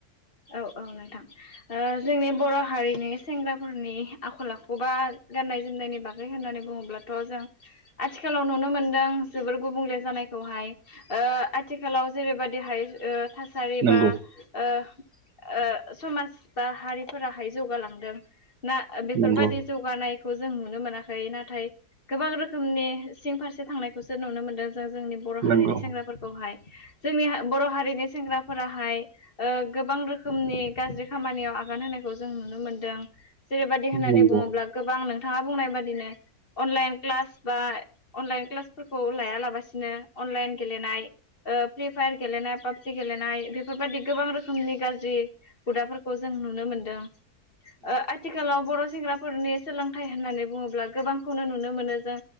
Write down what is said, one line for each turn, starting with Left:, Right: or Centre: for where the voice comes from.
Left: औ औ नोंथां। ओ जोंनि बर' हारिनि सेंग्राफोरनि आखल आखु बा गाननाय जोमनायनि बाग होननानै बुङोब्लाथ' जों आथिखालाव नुनो मोनदों जोबोर गुबुंले जानायखौहाय। ओ आथिखालाव जेरैबादि हाय ओ थासारि
Right: नंगौ
Left: बा ओ ओ समाज बा हारिफोराहाय जौगालांदों ना बेफोरबादि,
Right: नंगौ
Left: जौगानायखौ जों नुनो मोनाखै नाथाय। गोबां रोखोमनि सिं फारसे थांनायखौसो नुनो मोनदों। जों जोंनि बर'
Right: नंगौ
Left: हारिनि सेंग्राफोरखौहाय जोंनि बर' हारिनि सेंग्राफोराहाय ओ गोबां रोखोमनि गाज्रि खामानियाव आगान होनायखौ जों नुनो मोनदों जेरैबायदि होननानै
Right: नंगौ
Left: बुङोब्ला गोबां नोंथाङा बुंनाय बादिनो। अनलाइन क्लास बा अनलाइन क्लासफोरखौ लायालाबासिनो अनलाइन गेलेनाय। ओ फ्रि फायार गेलेनाय पाबजि गेलेनाय बेफोरबायदि गोबां रोख खोरोमनि गाज्रि हुदाफोरखौ जों नुनो मोनदों ओ आथि आथिखालाव बर' सेंग्राफोरनि सोलोंथाइ होननानै बुङोब्ला गोबांखौनो नुनो मोनो जों,